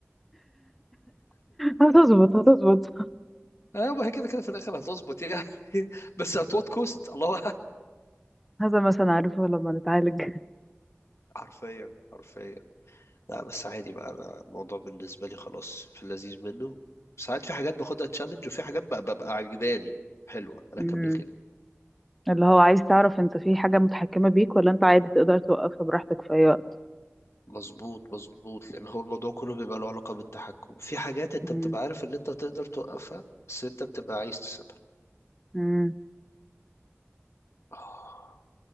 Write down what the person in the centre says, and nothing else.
هتظبط هتظبط
هذا مثلا عارفه لما نتعالج
مم.
اللي هو عايز تعرف انت في حاجه متحكمه بيك ولا انت عادي تقدر توقفها براحتك في اي وقت
مم.
مم.